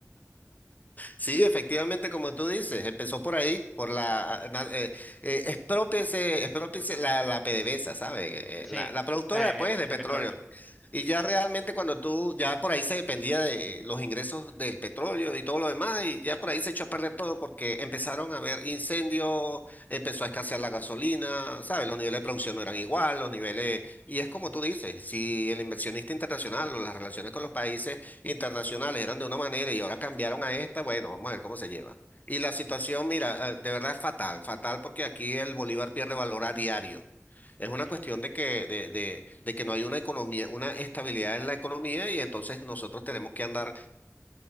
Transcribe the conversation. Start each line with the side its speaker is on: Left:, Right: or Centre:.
Left: Sí, efectivamente, como tú dices, empezó por ahí, por la, ah, na- eh, eh, exprópiese, exprópiese la, la PDVSA, ¿sabes? Eh,
Centre: Sí,
Left: eh, La, la productora,
Centre: de, de,
Left: pues, de
Centre: de
Left: petróleo.
Centre: petróleo.
Left: Y ya realmente cuando tú, ya por ahí se dependía de los ingresos del petróleo y todo lo demás, y ya por ahí se echó a perder todo porque empezaron a haber incendios, empezó a escasear la gasolina, ¿sabes? Los niveles de producción no eran igual, los niveles, y es como tú dices, si el inversionista internacional o las relaciones con los países internacionales eran de una manera y ahora cambiaron a esta, bueno, vamos a ver cómo se lleva. Y la situación, mira, eh, de verdad es fatal, fatal porque aquí el bolívar pierde valor a diario. Es una
Centre: Ya.
Left: cuestión
Centre: Yeah.
Left: de que, de, de, de que no hay una economía, una estabilidad en la economía y entonces nosotros tenemos que andar